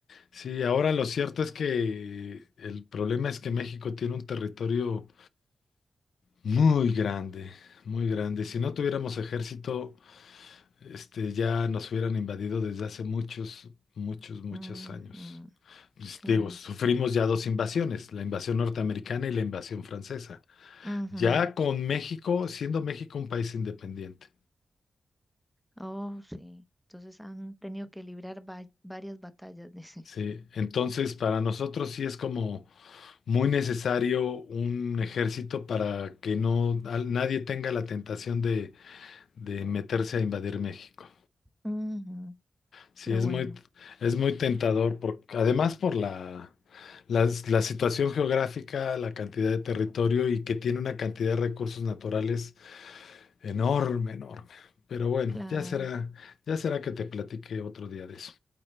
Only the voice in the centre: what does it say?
Ujú,
Claro.
Ujú.
Oh, sí. Entonces han tenido que librar va- varias batallas, <laughs> dice.
Ujú,
Qué
bueno.
Claro.